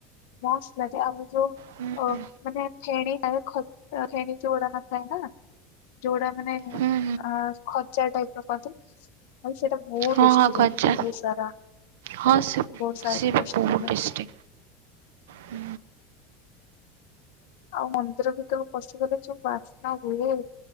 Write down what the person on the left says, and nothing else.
ମସ୍ତ ଲାଗେ ଆଉ ଯୋଉ
ଓ
ମାନେ ଫେଣି ଖ ଫେଣି ଯୋଡା ନଥାଏ ନା ଯୋଉଟା ମାନେ
ଅ ଖଜା ଟାଇପ ର କନ୍ତି ଆଉ ସେଟା। ବହୁତ
ଟେଷ୍ଟି
ଲାଗେ ବହୁତ ସାରା
ବହୁତ ସାରା
ଟେଷ୍ଟି
ଲାଗେ।
ଆଉ ମନ୍ଦିର ଭିତରୁକୁ ପଶିଗଲେ ଯୋଉ ବାସ୍ନା ହୁଏ।